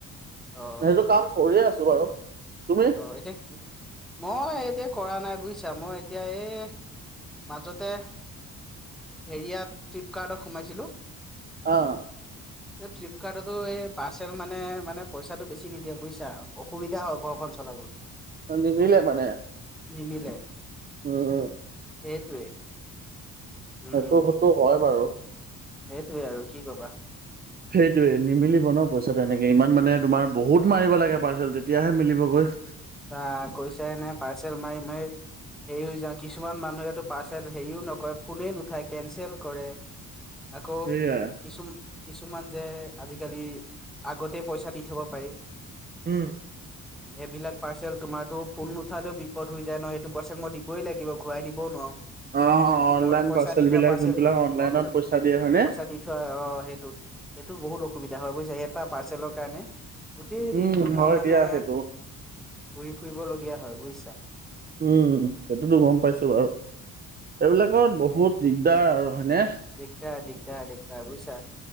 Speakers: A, in the centre; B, on the right.
A: অ
B: সেইটো কাম কৰিয়ে আছো বাৰু। তুমি
A: অ এতিয়া কি মই এতিয়া কৰা নাই বুইছা, মই এতিয়া এই মাজতে হেৰিয়াত ফ্লিপকাৰ্টত সোমাইছিলোঁ।
B: অঁ।
A: এই ফ্লিপকাৰ্টতো এই পাৰ্চেল মানে মানে পইচাটো বেছি নিদিয়ে বুইছা, অসুবিধা হওক কখন চলাও
B: নিমিলে মানে
A: নিমিলে
B: অ', -অ',
A: সেইটোৱে উম
B: সেইটো সেইটো হয় বাৰু
A: সেইটোৱে আৰু কি কবা
B: সেইটোৱে নিমিলিব ন পইচা তেনেকে ইমান মানে তোমাৰ বহুত মাৰিব লাগে পাৰ্চেল তেতিয়াহে মিলিব গৈ
A: বা গৈ চাই নে পাৰ্চেল মাৰি মাৰি হেৰি হৈ যাওঁ কিছুমান মানুহো পাৰ্চেল হেৰিও নকৰে ফোনেই নুঠাই কেনচেল কৰে। আকৌ
B: সেইয়াই
A: কিছু কিছুমান যে আজিকালি আগতে পইচা দি থ'ব পাৰি।
B: হম।
A: সেইবিলাক পাৰ্চেল তোমাৰতো ফোন নুঠালেও বিপদ হৈ যায় ন সেইটো পাৰ্চেল মই দিবই লাগিব ঘূৰাই দিবও নোৱাৰো।
B: অ', অনলাইন
A: তাৰমানে পইচা
B: পাৰ্চেল
A: দি থোৱা
B: বিলাক
A: পাৰ্চেলটো
B: যোনবিলাক অনলাইনত
A: অনলাইন
B: পইচা দিয়ে হয়নে?
A: পইচা দি থোৱা অ', সেইটো এইটো বহুত অসুবিধা দে হয় বুজিছা এটা পাৰ্চেলৰ কাৰণে গোটেই
B: উম,
A: দিনটো
B: হয়
A: মই মানে
B: দিয়া সেইটো।
A: ঘূৰি ফুৰিবলগীয়া হয় বুজিছা।
B: উম সেইটোতো গম পাইছো বাৰু এইবিলাকত বহুত দিগদাৰ আৰু হয়নে?
A: দিগদাৰ-দিগদাৰ-দিগদাৰ বুজিছা